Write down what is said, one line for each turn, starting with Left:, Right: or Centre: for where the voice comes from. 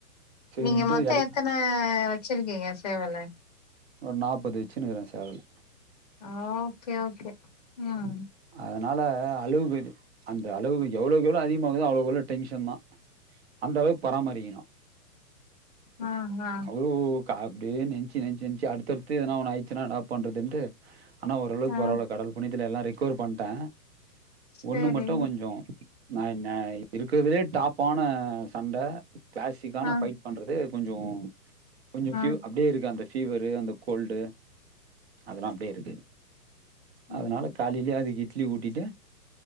Right: சரின்ட்டு
Left: நீங்க மொத்தோ
Right: எல்
Left: எத்தன வச்சிருக்கீங்க சேவலு
Right: ஒரு நாப்பது வச்சின்னு இருக்குறே சேவலு
Left: ஆ ஓகே ஓகே ம்
Right: அதனால அளவுங்க இது அந்த அளவுக்கு எவ்வளவுக்கு எவ்ளோ அதிகமாகுதோ அவ்வளவுக்கு அவ்ளோ டென்ஷன்தா அந்த அளவுக்கு பராமரிக்கணு
Left: ஆ ஆ
Right: அவ்ளவுக்கு அப்டியே நெனச்சு நெனச்சு நெனச்சு அடுத்தடுத்து எதுனா ஒன்னு ஆயிருச்சுன்னா என்னடா பண்ணறதுண்டு ஆனா ஓரளவுக்கு
Left: ஆ
Right: பரவாயில்ல கடவுள் புண்ணியத்துல எல்லா ரெக்கவர் பண்ட்டே
Left: சேரி
Right: ஒண்ணு மட்டு கொஞ்சோ நா நா இருக்குறதுலயே டாப்பான சண்ட கிளாசிக்கான
Left: ஆ
Right: ஃபைட் பண்றது கொஞ்சோ கொஞ்சோ
Left: ஆ
Right: பீவ அப்டியே இருக்கு அந்த பிவரு அந்த கோல்டு அதெல்லா அப்டியே இருக்கு அதனால
Left: ம்
Right: காலேலயே அதுக்கு இட்லி ஊட்டிட்டு